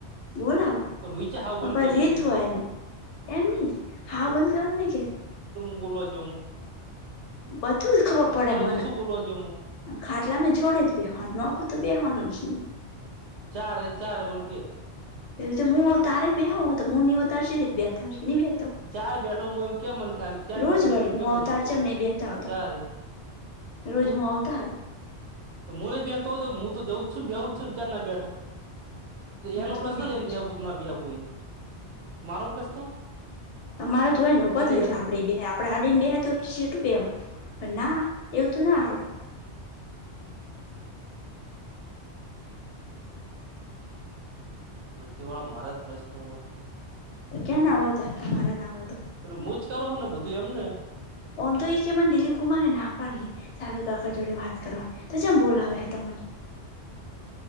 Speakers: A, on the left; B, on the right.
A: બોલો, આવો
B: તો મીચે હાવ બંધ
A: પર
B: કર્યું
A: રીત
B: છે મેં
A: હોય નહીં. એમ નહીં, હાવ બંધ કરવાનું નઈ ક.
B: બોલોવા જમું.
A: બધું જ ખબર પડે મને.
B: જઉં શું બોલવા જઉં હું
A: ખાટલામાં જોડે જ બેવાનું નખું, તો બેહવાનું જ નહીં.
B: ચાર રે, ચાર રે, મને કે.
A: એવી રીતે હું તારે નહી બેતો
B: ચાર બેઠો હું એમ કે મને ખાલી ચાર
A: રોજ
B: બેઠો મને
A: વાળી
B: એમ કે
A: હું
B: પછી
A: અવતાર
B: ખઉં
A: છે ચેમ નહી બેતા આવતા
B: ચારે
A: રોજ
B: હમ
A: મુ આવતા હ
B: તો મુને બેતો હો હતો હું તો જઉું જ છું બેવું છું ચાર ના બેઠો
A: હું
B: એનો
A: તો
B: પ્રશ્ન
A: બેહુ
B: ને
A: જ
B: એ બહાબુ
A: છું
B: ના બીહાપુ એ મારો પ્રશ્ન
A: તમારે જોય ને ભો
B: એમની
A: થાય
B: યાર
A: આપડી બે આપડે આડીને બેય તો છેટું બેવાનું પણ ના એવું તું ના આવડે
B: બધી વાર મારા જ પ્રશ્ન હોય
A: તો કયા ના હોય તાર તમારા ના હોય તો
B: હું મુંજ કરું ને બધું એમને
A: ઓમ તો એ કેમને દિલીપ કુમારે ના પાડી સાગર કાકા જોડે વાત કરવા તો જેમ બોલાવે હે તમને
B: <inaudible>